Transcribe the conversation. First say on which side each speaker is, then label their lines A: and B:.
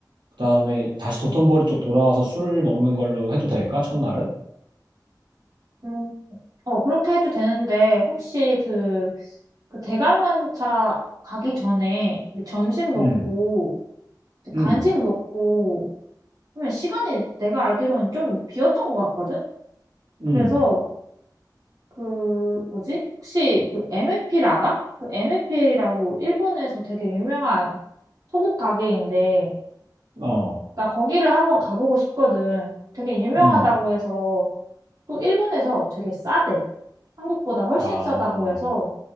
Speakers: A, on the right; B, on the right.
A: 그다음에 다시 도톤보리 쪽 돌아와서 술 먹는 걸로 해도 될까? 첫날은?
B: 음, 어, 그렇게 해도 되는데 혹시 그, 그 대관람차 가기 전에 우리 점심 먹고
A: 음.
B: 이제
A: 음.
B: 간식 먹고 그러면 시간이 내가 알기로는 좀 비었던 것 같거든?
A: 음.
B: 그래서 그 뭐지? 혹시 그 MFL 알아? 그 MFL이라고 일본에서 되게 유명한 소국 가게인데
A: 어.
B: 나 거기를 한번 가보고 싶거든. 되게 유명하다고
A: 음.
B: 해서 또 일본에서 되게 싸대. 한국보다 훨씬
A: 아.
B: 싸다고 해서